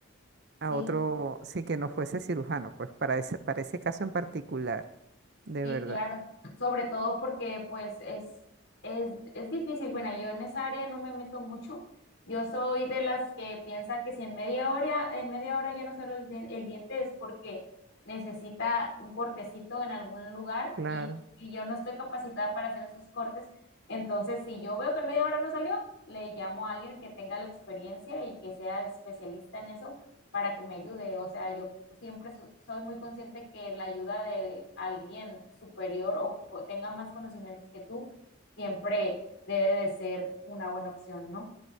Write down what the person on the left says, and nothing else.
sí,
Sí,
claro, sobre todo porque pues es, es, es difícil. Bueno, yo en esa área no me meto mucho. Yo soy de las que piensa que si en media hora, en media hora ya no salió el, di- el diente es porque necesita un cortecito en algún lugar
y, y yo no estoy capacitada para hacer esos cortes. Entonces, si yo veo que en media hora no salió, le llamo a alguien que tenga la experiencia y que sea especialista en eso para que me ayude. O sea, yo siempre so- soy muy consciente que la ayuda de alguien superior o co- tenga más conocimientos que tú siempre debe de ser una buena opción, ¿no?